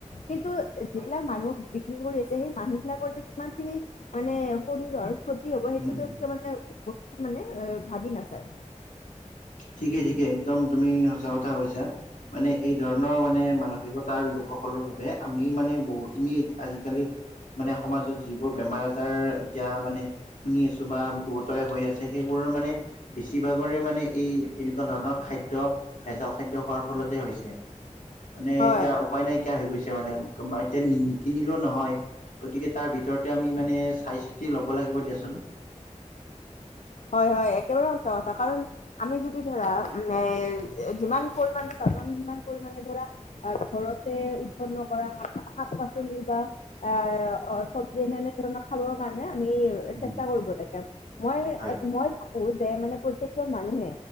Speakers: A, on the left (about 70°); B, on the left (about 85°).
A: কিন্তু যিবিলাক
B: হয়,
A: মানুহ বিক্ৰী কৰি আছে। সেই মানুহ বিলাকৰ যে কিমান খিনি মানে শৰীৰৰ ক্ষতি তি হ'ব, সেইটো
B: উম,
A: তেওঁলোকে
B: উম।
A: মানে মানে এ ভাবি নাচায়।
B: ঠিকে ঠিকে, একদম তুমি সঁচা কথা কৈছা। মানে এই ধৰণৰ মানে মানসিকতাৰ লোকসকলৰ বাবে আমি মানে বহুখিনি আজিকালি মানে সমাজত যিবোৰ বেমাৰ আজাৰ এতিয়া মানে শুনি আছো বা বহুতৰে হৈ আছে। সেইবোৰৰ মানে বেছিভাগৰে মানে এই এনেকুৱা ধৰণৰ খাদ্য, ভেজাল খাদ্য খোৱাৰ ফলতে হৈছে। মানে
A: হয়
B: এতিয়া উপায় নাইকিয়া হৈ গৈছে মানে, এতিয়া নিকিনিলেও নহয়। গতিকে তাৰ ভিতৰতে আমি মানে চাই চিতি ল'ব লাগিব দিয়াচোন।
A: হয় হয়, একেবাৰে সচা কথা কাৰণ আমি যদি ধৰা এ যিমান পৰিমাণে পাবা আমি সিমান পৰিমাণে ধৰা আৰু ঘৰতে উৎপন্ন কৰা শাক পাচলি বা অ অ চব্জি এনে ধৰণৰ খাব মানে আমি
B: উম,
A: চেষ্টা কৰিব, তাকে মই
B: হয়
A: মই ভাবো যে মানে প্ৰত্যেক জন মানুহে